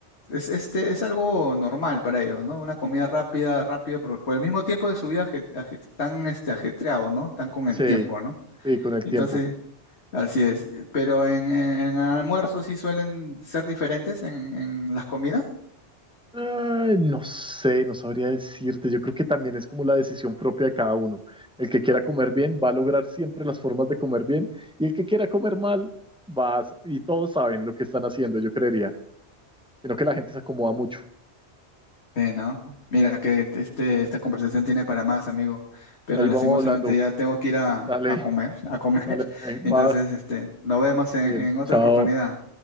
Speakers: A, on the left; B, in the centre.
A: es, este, es algo normal para ellos, ¿no? Una comida rápida, rápido, por, por el mismo tiempo de su vida aje- aje- tan este, ajetreados, ¿no? Tan con
B: Sí,
A: el tiempo, ¿no?
B: sí, con el
A: Entonces,
B: tiempo.
A: Así es. eh, Pero en, en, en almuerzos sí suelen ser diferentes en, en las comidas.
B: Ay, no sé, no sabría decirte. Yo creo que también es como la decisión propia de cada uno. El que quiera comer bien va a lograr siempre las formas de comer bien y el que quiera comer mal va a- y todos saben lo que están haciendo, yo creería. Sino que la gente se acomoda mucho.
A: Eh, no. Mira que el- este, esta conversación tiene para más, amigo. Pero
B: Ahí
A: lastimosamente
B: vamos hablando.
A: ya tengo que ir a,
B: Dale,
A: a comer, a comer.
B: dale,
A: <laughs>
B: dale. Va,
A: Entonces, este, nos vemos
B: está
A: en
B: bien.
A: en otra
B: Chao.
A: oportunidad.